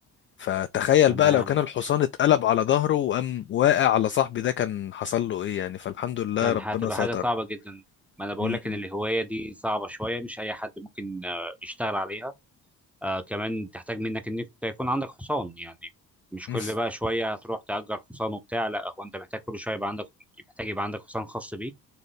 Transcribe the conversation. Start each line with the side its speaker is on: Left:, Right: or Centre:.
Left: فتخيل
Centre: تمام
Left: بقى لو كان الحصان اتقلب على ظهره وقام واقع على صاحبي ده كان حصل له ايه يعني فالحمد لله
Centre: كان
Left: ربنا
Centre: هتبقى
Left: ستر
Centre: حاجة صعبة جدا ما أنا بقول
Left: مم.
Centre: لك إن الهواية دي صعبة شوية مش أي حد ممكن آه، يشتغل عليها آه كمان تحتاج منك إنك يكون عندك حصان يعني مش
Left: <laughs>
Centre: كل بقى شوية هتروح تأجر حصان وبتاع لا هو أنت محتاج كل شوية يبقى عندك محتاج يبقى عندك حصان خاص بيك